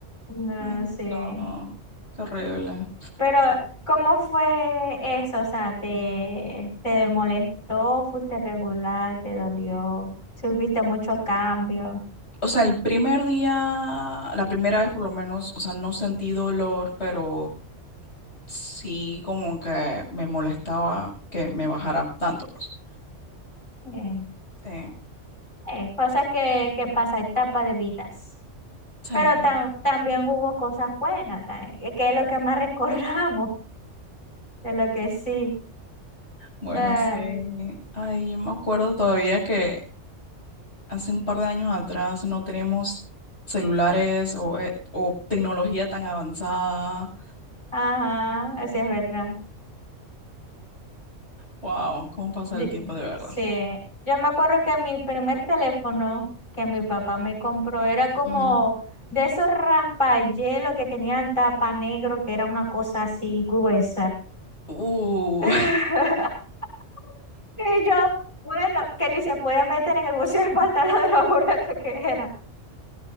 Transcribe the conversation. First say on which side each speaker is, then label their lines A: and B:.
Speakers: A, on the left; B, on the left.
A: No
B: Ay,
A: sé.
B: no, qué horrible.
A: Pero, ¿cómo fue eso? O sea, ¿te, te molestó? ¿Fuiste regular? ¿Te dolió? ¿Subiste mucho cambio?
B: O sea, el primer día, la primera vez por lo menos, o sea, no sentí dolor, pero sí como que me molestaba que me bajara tanto, pues.
A: Eh,
B: Sí,
A: eh, cosas que, que pasa, etapa de vidas.
B: sí.
A: Pero tam- también hubo cosas buenas, también, que es lo que más <laughs> recordamos de lo que sí.
B: Bueno,
A: No,
B: sí. Ay, yo me acuerdo todavía que hace un par de años atrás no tenemos celulares o, eh, o tecnología tan avanzada.
A: Ajá, así es verdad.
B: Wow, cómo pasa
A: Yo-
B: el tiempo de verdad.
A: sí, yo me acuerdo que mi primer teléfono que mi papá me compró era como
B: Mm.
A: de esos raspayelos que tenían tapa negro, que era una cosa así gruesa.
B: Uh,
A: <laughs> Y yo, bueno, que ni se podía meter en el bolsillo del pantalón de lo grueso que era.